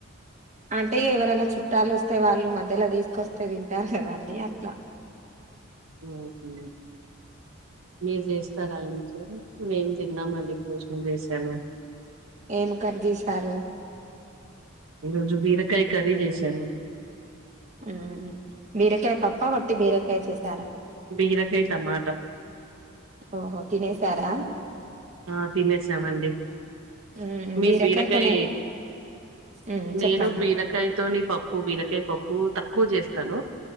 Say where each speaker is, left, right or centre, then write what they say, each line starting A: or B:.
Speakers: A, on the right (about 35°); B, on the right (about 75°).
A: అంటే ఎవరైనా చుట్టాలు వస్తే వాళ్ళు మధ్యలో తీసుకొస్తే తింటారు కందండి అట్లా
B: హు హు మీరు చేస్తారా ఇంట్లో మేం తిన్నామండి భోజనం చేశాను
A: ఏం కర్రీ తీశారు
B: ఈరోజు బీరకాయ కర్రీ చేసాను
A: ఉమ్ బీరకాయ పప్పా వట్టి బీరకాయ చేసారా.
B: బీరకాయ టమాటా
A: ఓహో తినేసారా
B: ఆ తినేసామండి
A: మ్మ్
B: మీ
A: బీరకాయతోనే
B: బీరకాయ్
A: మ్మ్
B: నేను
A: చెప్పండి
B: బీరకాయతో నీ పప్పు బీరకాయ ప ప్పు తక్కువ చేస్తాను